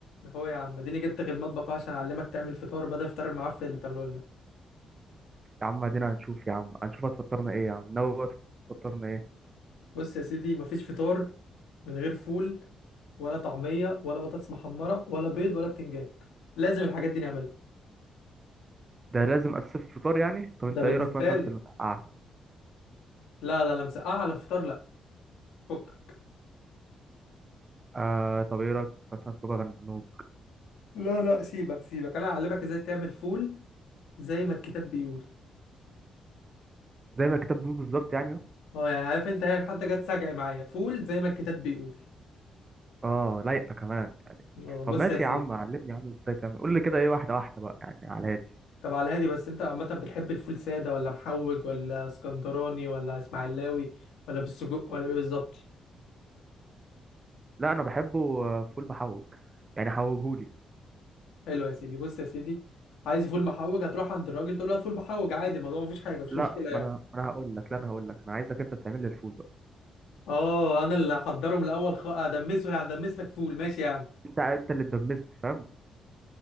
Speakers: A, on the left; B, on the right.
A: هو يا عم اديني جبتك المطبخ أهو عشان اعلمك تعمل فطار بدل الفطار المعفن اللي بتعمله لنا
B: يا عم ادينا هنشوف يا عم هنشوف هتفطرنا ايه يا عم ناوي بقى تفطرنا ايه
A: بص يا سيدي مفيش فطار من غير فول ولا طعميه ولا بطاطس محمره ولا بيض ولا بتنجان لازم الحاجات دي نعملها
B: ده لازم اسف فطار يعني طب
A: ده
B: انت
A: بالنسبه
B: ايه رايك مثلا
A: لي
B: في المسقعه
A: لا لا لا مسقعه على الفطار لا فك
B: آه آه، طب ايه رايك مثلا في بابا غنوج
A: لا لا سيبك سيبك انا هعلمك ازاي تعمل فول زي ما الكتاب بيقول
B: زي ما الكتاب بيقول بالظبط يعني اهو.
A: اه يعني عارف انت هي حتى جت سجعي معايا فول زي ما الكتاب بيقول
B: اه لايقه كمان يعني
A: اه بص
B: طب ماشي
A: يا سيدي
B: يا عم علمني يا عم ازاي تعمل قول لي كده ايه واحده واحده بقى يعني على هادي
A: طب على الهادي بس انت عامة بتحب الفول سادة ولا محوج ولا اسكندراني ولا اسماعيلاوي ولا بالسجق ولا ايه بالظبط
B: لا انا بحبه آه، فول محوج يعني حوجهولي
A: حلو يا سيدي بص يا سيدي عايز فول محوج هتروح عند الراجل تقول له هات فول محوج عادي الموضوع مفيش حاجة مفيش
B: لا
A: مشكلة
B: ما
A: يعني
B: انا ما انا هقول لك لا انا هقول لك انا عايزك انت تعمل لي الفول بقى
A: اه انا اللي هحضره من الاول خ... ادمسه يعني ادمس لك فول ماشي يا عم
B: انت انت اللي تدمسني فاهم